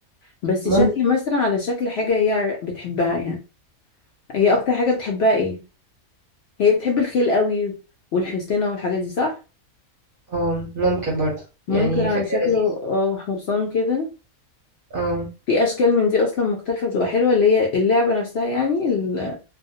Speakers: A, on the left (about 65°); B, on the right (about 50°).
A: بس
B: ممكن
A: شكل مثلا على شكل حاجه هي بتحبها يعني هي اكتر حاجه بتحبها ايه هي بتحب الخيل قوي والحصينة والحاجات دي صح
B: اه ممكن برضو
A: ممكن
B: يعني
A: على
B: فكرة
A: شكله
B: لذيذة
A: اه حصان كده
B: اه
A: في اشكال من دي اصلا مختلفة بتبقى حلوة اللي هي اللعبة نفسها يعني ال...